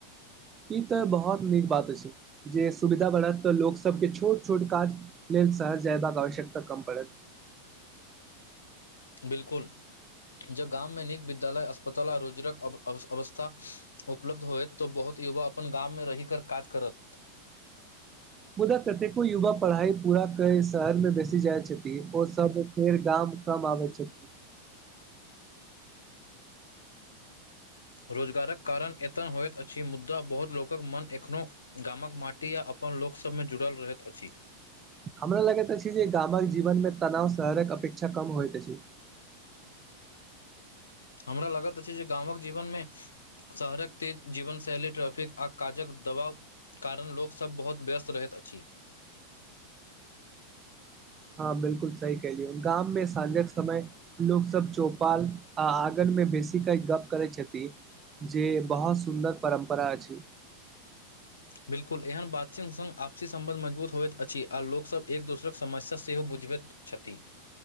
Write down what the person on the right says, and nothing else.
ई तऽ बहुत नीक बात अछि जे सुविधा बढ़त तऽ लोकसभके छोट छोट काज लेल शहर जयबाक आवश्यकता कम पड़त
<inaudible> मुदा कतेको युवा पढ़ाई पूरा कर शहर मे बसि जाइत छथिन ओ सब फेर गाम कम आबै छथि
हमरा लागैत अछि जे गामक जीवनमे तनाव शहरक अपेक्षा कम होइत अछि
हँ बिलकु सही कहल‌उहं गाम मे साँझक समय लोक सब चौपाल आ आंगन मे बैसी क गप करै छथि जे बहुत सुन्दर परम्परा अछि